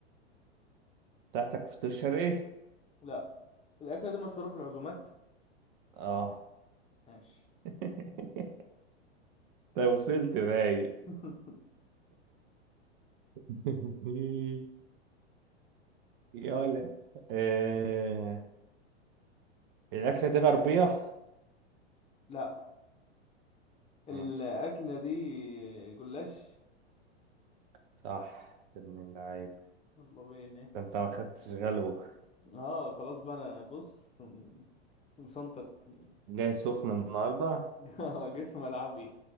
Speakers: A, on the right; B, on the left.
A: بتاعتك فطير ايه
B: لا الأكلة دي مشهورة في العزومات
A: اه
B: ماشي
A: <laughs> ده وصلت باي
B: <laughs>
A: <laughs> يا ولا آه... الأكلة دي غربية
B: لا الأكلة
A: ماشي
B: دي جلاش
A: صح ابن اللعيب
B: الله بينا
A: ده انت ما خدتش غلوة
B: اه خلاص بقى انا بص مسنطر الدنيا
A: جاي سخن النهاردة
B: <laughs> اه جيت في ملعبي